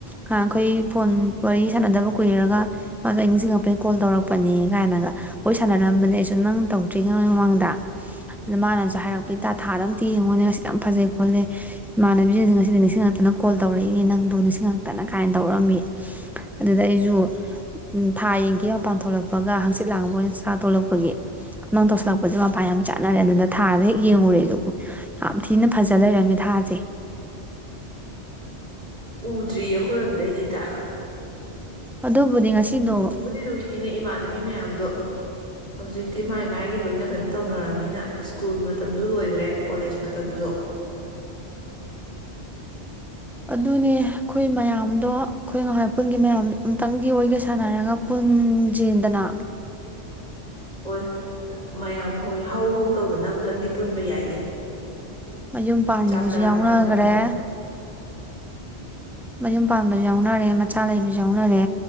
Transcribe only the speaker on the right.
ꯎꯗ꯭ꯔꯤ ꯑꯩꯈꯣꯏꯔꯣꯝꯗꯩꯗꯤ ꯏꯇꯥ
ꯅꯨꯡꯕꯨꯗꯤ ꯅꯨꯡꯁꯤꯅꯦ ꯏꯃꯥꯟꯅꯕꯤ ꯃꯌꯥꯝꯗꯣ ꯍꯧꯖꯤꯛꯇꯤ ꯃꯥꯏ ꯃꯥꯥꯏꯒꯤ ꯂꯣꯏꯅ ꯀꯩꯅꯣ ꯇꯧꯅꯔꯝꯃꯤꯅ ꯁ꯭ꯀꯨꯜ ꯃꯇꯝꯁꯨ ꯂꯣꯏꯈ꯭ꯔꯦ ꯀꯣꯂꯦꯖ ꯃꯇꯝꯁꯨ
ꯍꯣꯏ ꯃꯌꯥꯝ ꯍꯣꯏ ꯍꯧ ꯍꯧ ꯇꯧꯗꯅ ꯑꯃꯨꯛꯇꯪꯗꯤ ꯄꯨꯟꯕ ꯌꯥꯏꯅꯦ
ꯆꯥꯛ ꯆꯔꯥ
ꯑꯃ ꯆꯥꯃꯤꯟꯅꯗꯅ